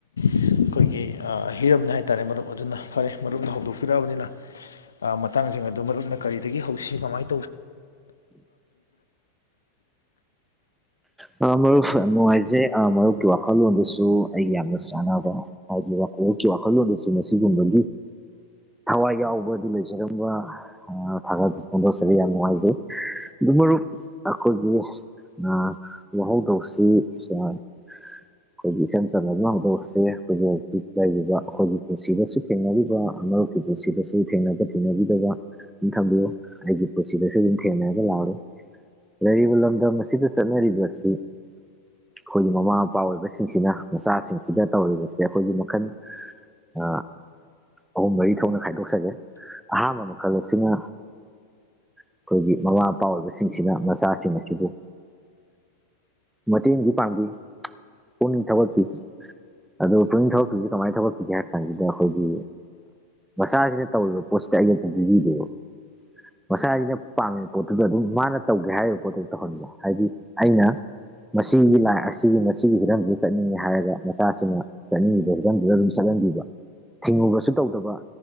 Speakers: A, on the left; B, in the centre.
A: ꯑꯩꯈꯣꯏꯒꯤ ꯍꯤꯔꯝꯅꯤ ꯍꯥꯏꯇꯥꯔꯦ ꯃꯔꯨꯞ ꯑꯗꯨꯅ ꯐꯔꯦ ꯃꯔꯨꯞꯅ ꯍꯧꯗꯣꯛꯄꯤꯔꯛꯑꯕꯅꯤꯅ ꯃꯇꯥꯡꯁꯤꯡ ꯑꯗꯨ ꯃꯔꯨꯞꯅ ꯀꯔꯤꯗꯒꯤ ꯍꯧꯁꯤ ꯀꯃꯥꯏ
B: ꯃꯔꯨꯞ ꯅꯨꯡꯉꯥꯏꯖꯩ ꯃꯔꯨꯞꯀꯤ ꯋꯥꯈꯜꯂꯣꯟꯗꯨꯁꯨ ꯑꯩ ꯌꯥꯝꯅ ꯆꯥꯟꯅꯕ ꯍꯥꯏꯗꯤ ꯋꯥꯈꯜ ꯃꯔꯨꯞꯀꯤ ꯋꯥꯈꯜꯂꯣꯟꯗꯨꯁꯨ ꯃꯁꯤꯒꯨꯝꯕꯒꯤ ꯊꯋꯥꯏ ꯌꯥꯎꯕ ꯑꯗꯨ ꯂꯩꯖꯔꯝꯕ ꯊꯥꯒꯠꯄ ꯐꯣꯡꯗꯣꯛꯆꯔꯤ ꯌꯥꯝ ꯅꯨꯡꯉꯥꯏꯖꯩ ꯑꯗꯨꯃꯔꯨꯞ ꯑꯈꯣꯏꯒꯤ ꯑ ꯋꯥꯍꯧꯗꯣꯛꯁꯤ ꯑ ꯑꯩꯈꯣꯏꯒꯤ ꯏꯆꯝ ꯆꯪꯝꯅ ꯑꯗꯨꯝ ꯍꯧꯗꯣꯛꯑꯁꯦ ꯑꯩꯈꯣꯏꯒꯤ ꯍꯧꯖꯤꯛ ꯂꯩꯔꯤꯕ ꯑꯩꯈꯣꯏꯒꯤ ꯄꯨꯟꯁꯤꯗꯁꯨ ꯊꯦꯡꯅꯔꯤꯕ ꯃꯔꯨꯞꯀꯤꯄꯨꯟꯁꯤꯗꯁꯨ ꯊꯦꯡꯅꯕ ꯊꯦꯡꯅꯕꯤꯗꯕ ꯑꯗꯨꯝ ꯊꯝꯕꯤꯌꯨ ꯑꯩꯒꯤ ꯄꯨꯟꯁꯤꯗꯁꯨ ꯑꯗꯨꯝ ꯊꯦꯡꯅꯔꯒ ꯂꯥꯛꯂꯦ ꯂꯩꯔꯤꯕ ꯂꯝꯗꯝ ꯑꯁꯤꯗ ꯆꯠꯅꯔꯤꯕ ꯑꯁꯤ ꯑꯩꯈꯣꯏꯒꯤ ꯃꯃꯥ ꯃꯄꯥ ꯑꯣꯏꯕꯁꯤꯡꯁꯤꯅ ꯃꯆꯥꯁꯤꯡꯁꯤꯗ ꯇꯧꯔꯤꯕꯁꯦ ꯑꯩꯈꯣꯏꯒꯤ ꯃꯈꯜ ꯑ ꯑꯍꯨꯝ ꯃꯔꯤ ꯊꯣꯛꯅ ꯈꯥꯏꯗꯣꯛꯆꯒꯦ ꯑꯍꯥꯟꯕ ꯃꯈꯜ ꯑꯁꯤꯅ ꯑꯩꯈꯣꯏꯒꯤ ꯃꯃꯥ ꯃꯄꯥ ꯑꯣꯏꯕꯁꯤꯡꯁꯤꯅ ꯃꯆꯥꯁꯤꯡ ꯑꯁꯤꯕꯨ ꯃꯇꯦꯡꯗꯤ ꯄꯥꯡꯕꯤ ꯄꯨꯛꯅꯤꯡ ꯊꯧꯒꯠꯄꯤ ꯑꯗꯣ ꯄꯨꯛꯅꯤꯡ ꯊꯧꯒꯥꯠꯄꯤꯕꯁꯦ ꯀꯃꯥꯏꯅ ꯊꯧꯒꯥꯠꯄꯤꯒꯦ ꯍꯥꯏꯕ ꯀꯥꯟꯁꯤꯗ ꯑꯩꯈꯣꯏꯒꯤ ꯃꯆꯥꯁꯤꯅ ꯇꯧꯔꯤꯕ ꯄꯣꯠꯁꯤꯗ ꯑꯌꯦꯠꯄ ꯄꯕꯤꯗꯦꯕ ꯃꯆꯥꯁꯤꯅ ꯄꯥꯝꯃꯤꯕ ꯄꯣꯠꯇꯨꯗ ꯑꯗꯨꯝ ꯃꯥꯅ ꯇꯧꯒꯦ ꯍꯥꯏꯔꯤꯕ ꯄꯣꯠꯇꯨ ꯇꯧꯍꯟꯕꯤꯌꯣ ꯍꯥꯏꯗꯤ ꯑꯩꯅ <inaudible> ꯃꯁꯤꯒꯤ ꯂꯥꯏ ꯑꯁꯤ ꯃꯁꯤ ꯐꯤꯕꯝꯁꯤꯗ ꯆꯠꯅꯤꯡꯉꯦ ꯍꯥꯏꯔꯒ ꯃꯆꯥꯁꯤꯅ ꯆꯠꯅꯤꯡꯉꯤꯕ ꯐꯤꯕꯝꯗꯨꯗ ꯑꯗꯨꯝ ꯆꯠꯍꯟꯕꯤꯕ ꯊꯤꯡꯉꯨꯕꯁꯨ ꯇꯧꯗꯕ